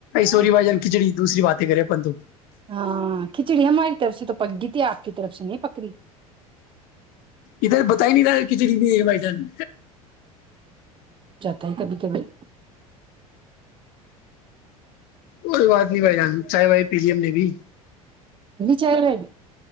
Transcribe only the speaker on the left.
سوری
بائی جان کھچڑی دوسری بات کرے پن تو
ادھر بتا ہی نہیں رہا ہے کہ بھی مدان
کوئی بات نہیں بھائی ران چاہے بھائی پیلیم نے بھی